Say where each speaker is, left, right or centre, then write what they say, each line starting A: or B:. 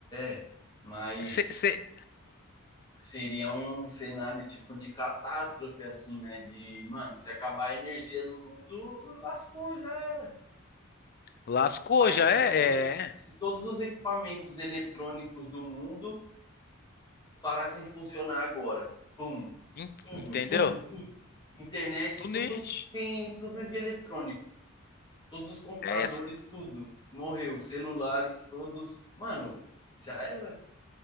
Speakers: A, on the left (about 20°); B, on the left (about 45°).
A: é, é. mas
B: Você,
A: seria um cenário tipo de catástrofe, assim, né? De, mano, se acabar a energia no mundo, lascou, já era.
B: lascou,
A: Imagina
B: já é,
A: se todo-
B: é, é.
A: se todos os equipamentos eletrônicos do mundo parassem de funcionar agora. Pum,
B: Ent-
A: tudo,
B: entendeu?
A: tudo, tudo. Internet,
B: Tunis,
A: tudo tem tudo de eletrônico. Todos os computadores,
B: é, é, cê-
A: tudo. Morreu. Celulares, todos. Mano, já era.